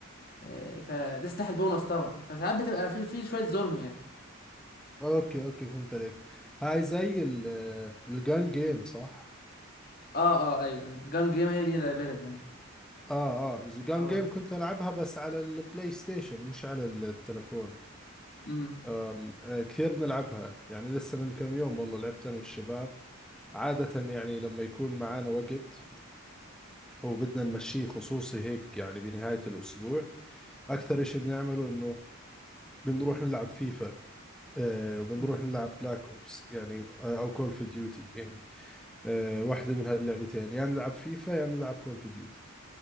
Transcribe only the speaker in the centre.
اوكي اوكي فهمت عليك هاي زي ال- آه، الجان جيم صح
اه اه الجان
جيم
كنت العبها بس على البلاي ستيشن مش على التلفون
آم آه كثير بنلعبها يعني لسه من كم يوم والله لعبت انا والشباب عادة يعني لما يكون معانا وقت وبدنا نمشيه خصوصي هيك يعني بنهاية الأسبوع أكثر إشي بنعمله إنه بنروح نلعب فيفا آه وبنروح
نلعب بلاك أوبس يعني آه أو كول اوف ديوتي يعني آه واحدة من هاللعبتين يا يعني نلعب فيفا يا يعني نلعب كول اوف ديوتي